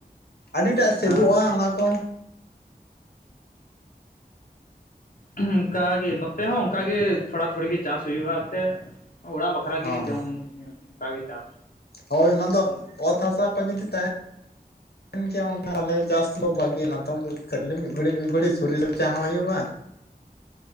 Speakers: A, on the left; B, on the left.
A: ᱟᱹᱰᱤ ᱴᱟᱜ ᱥᱮᱵᱚᱜᱼᱟ
B: ᱦᱮᱸ
A: ᱚᱱᱟ ᱠᱚ
B: ᱚᱱᱠᱟ ᱜᱮ ᱱᱚᱛᱮ ᱦᱚᱸ ᱚᱱᱠᱟ ᱜᱮ ᱛᱷᱚᱲᱟ ᱛᱷᱚᱲᱤ ᱜᱮ ᱪᱟᱥ ᱦᱩᱭᱩᱜᱼᱟ᱾ ᱛᱮ ᱚᱲᱟᱜ ᱵᱟᱠᱷᱨᱟ
A: ᱦᱚᱸ
B: ᱜᱮ ᱡᱚᱢ ᱧᱩ ᱚᱱᱠᱟᱜ ᱜᱮ ᱪᱟᱥ,
A: ᱦᱳᱭ ᱚᱱᱟ ᱫᱚ
B: ᱦᱩᱸ
A: ᱚᱛ ᱦᱟᱥᱟ ᱠᱚ ᱡᱩᱫᱤ ᱛᱟᱦᱮ, <unintelligible> ᱜᱮᱭᱟ ᱚᱱᱠᱟ ᱟᱞᱮ ᱪᱟᱥ ᱫᱚ ᱵᱷᱟᱹᱜᱤ ᱱᱮᱛᱟᱨ ᱫᱚ ᱠᱷᱟᱹᱞᱤ ᱢᱤᱜ ᱜᱷᱲᱤ ᱢᱤᱜ ᱜᱷᱲᱤ ᱥᱚᱨᱤᱨ ᱪᱚᱨᱪᱟ ᱦᱚᱸ ᱦᱳᱭᱳᱜᱼᱟ᱾
B: <inaudible>